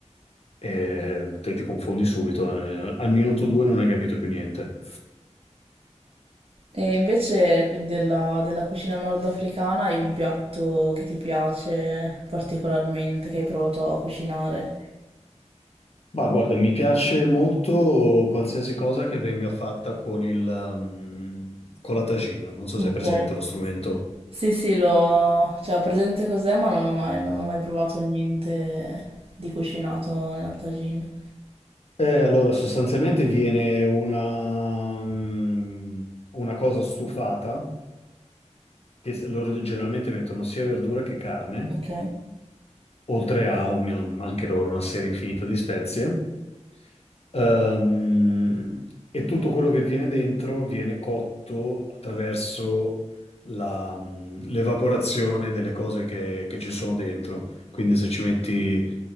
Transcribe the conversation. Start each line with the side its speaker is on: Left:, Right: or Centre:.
Left: E te ti confondi subito, eh, al minuto due non hai capito più niente.
Right: E invece della, della cucina nordafricana hai un piatto che ti piace particolarmente, che hai provato a cucinare?
Left: Ma guarda, mi piace molto qualsiasi cosa che venga fatta con il, um, con la tagina. Non so
Right: Ok.
Left: se è presente lo strumento.
Right: Sì, sì, l'ho... Cioè, ho presente cos'è, ma non ho mai, non ho mai provato niente di cucinato nel tagine.
Left: Eh, allora, sostanzialmente viene una, mm, una cosa stufata, che s- loro generalmente mettono sia verdura che carne,
Right: Ok.
Left: oltre a un- anche loro una serie infinita di spezie. Ehm, e tutto quello che viene dentro viene cotto attraverso la, mh, l'evaporazione delle cose che, che ci sono dentro. Quindi se ci metti